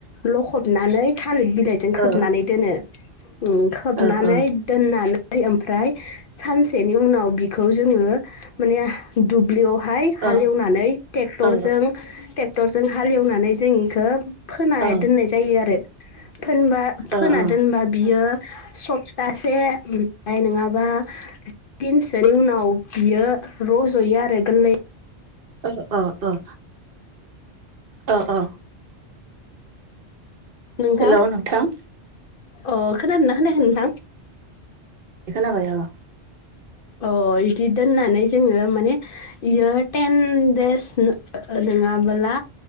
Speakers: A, on the left; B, on the right.
A: लखबनानै थालिर बिलाइजों खोबनानै
B: औ
A: दोनो खोबनानै
B: औ औ
A: दोननान ओमफ्राय सानसेनि उनाव बिखौ जोङो माने दुब्लियाव हालेवनानै
B: औ
A: टेक्टरजों
B: औ
A: टेक्टरजों हालेवनानै जों इखो फोना
B: औ
A: दोननाय जायो आरो फोनबा फोना
B: औ
A: दोनबा बियो सब थासे ओमफ्राय नङाबा दिनसनि उनाव बियो र'ज'यो आरोे गोरलै
B: औ औ औ ओ ओ
A: नोंथां
B: हेल' नोंथां
A: अ खोनादोंना खोनायाखै नोंथां
B: खोनाबाय अ
A: अ इदि दोननानै जोङो माने इयो टेन देस नङाबोला